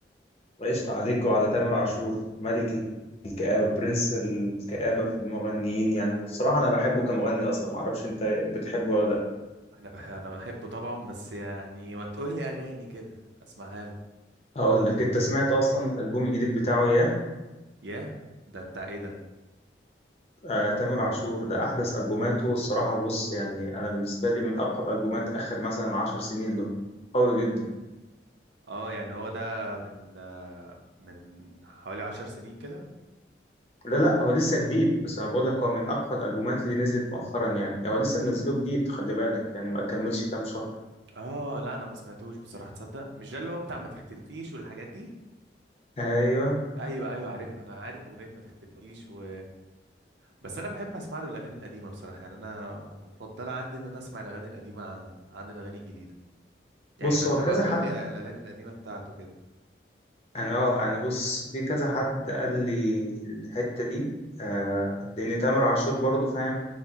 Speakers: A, on the left; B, on the right.
A: وقشطة عليك وعلى تامر عاشور ملك الكآبة برنس الكآبة في المغنيين يعني والصراحة انا بحبه كمغني اصلا معرفش انت بتحبه ولا لا
B: انا بح انا بحبه طبعا بس يعني ما تقول لي اغاني كده اسمعها له
A: اقول لك انت سمعت اصلا الالبوم الجديد بتاعه ياه
B: ياه ده بتاع ايه ده
A: آه تامر عاشور ده احدث البوماته الصراحة بص يعني انا بالنسبة لي من اقوى الالبومات اخر مثلا عشر سنين له قوي جدا
B: اه يعني هو ده من آه، من حوالي عشر سنين كده
A: لا لا هو لسه جديد بس انا بقول لك هو من اقوى الالبومات اللي نزلت مؤخرا يعني هو لسه منزله جديد خلي بالك يعني ما كملش كام شهر
B: اه لا انا ما سمعتوش بصراحه تصدق مش ده اللي هو بتاع ما تختلفيش والحاجات دي
A: ايوه
B: ايوه ايوه عارف انا عارف اغنيه ما تختلفيش و بس انا بحب اسمع له الاغاني القديمه بصراحه يعني انا مفضله عندي ان انا اسمع الاغاني القديمه عن, عن الاغاني الجديده يعني
A: بص
B: فانت
A: هو كذا
B: بقى قول
A: حد
B: لي الاغاني القديمه بتاعته كده
A: انا اه يعني بص في كذا حد قال لي الحته دي آه لان تامر عاشور برضو فاهم